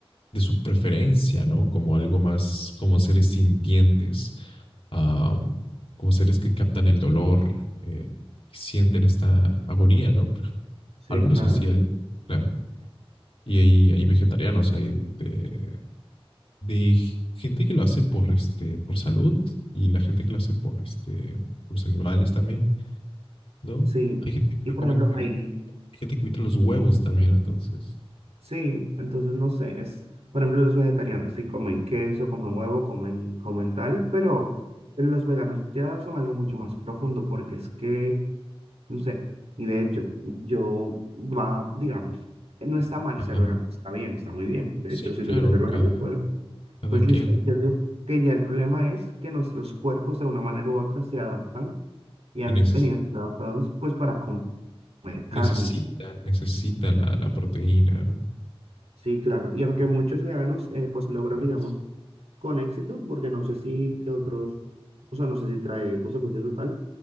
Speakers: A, on the left (about 65°); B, on the right (about 85°).
A: de su preferencia, ¿no? Como algo más, como seres sintientes. am, como seres que captan el dolor, eh, que sienten esta agonía, ¿no?
B: Sí,
A: Al menos
B: claro.
A: así hay, claro. Y hay, hay vegetarianos, hay de, de gente que lo hace por, este, por salud y la gente que lo hace por, este, por los animales también, ¿no?
B: Sí.
A: Hay gente que
B: Y
A: no
B: por
A: come,
B: ejemplo,
A: que
B: ahí
A: evita- hay gente que evita los huevos también, entonces.
B: Sí, entonces no sé, es, por ejemplo, los vegetarianos sí comen queso, comen huevo, comen, comen tal, pero los veganos ya son algo mucho más profundo porque es que, no sé, y de hecho, yo va, digamos, eh, no está mal
A: Ajá.
B: ser vegano, está bien, está muy bien. De
A: Sí,
B: hecho, si
A: claro,
B: tú quieres ser vegano,
A: cada,
B: pues,
A: cada
B: pues
A: quien.
B: listo. Yo digo que ya el problema es que nuestros cuerpos de una manera u otra se adaptan y han
A: Y neces-
B: venido siendo adaptados pues para comer carne.
A: necesita, necesita la, la proteína, ¿no?
B: Sí, claro. Y aunque muchos veganos eh, pues logran,
A: Pues,
B: digamos, con éxito, porque no sé si que otros, o sea, no sé si trae consecuencias total,